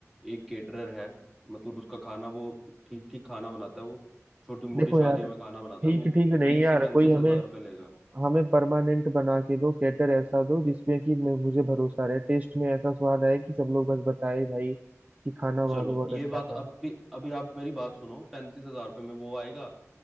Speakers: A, in the centre; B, on the right (about 30°).
A: एक केटरर है मतलब उसका खाना वो ठीक ठीक खाना बनाता है वो छोटी मोटी
B: देखो
A: शादियों
B: यार
A: में खाना बनाता
B: ठीक
A: है वो
B: ठीक नहीं
A: तीस
B: यार
A: से पैंतीस
B: कोई हमें
A: हजार रुपये लेगा
B: हमें परमानेंट बना के दो कैटर ऐसा दो जिसमें कि मैं- मुझे भरोसा रहे टेस्ट में ऐसा स्वाद आए कि सब लोग बस बताए भाई कि खाना वहां
A: चलो
B: पे बहुत
A: ये
B: अच्छा
A: बात
B: था
A: अभी अभी आप मेरी बात सुनो पैंतीस हजार रुपये में वो आएगा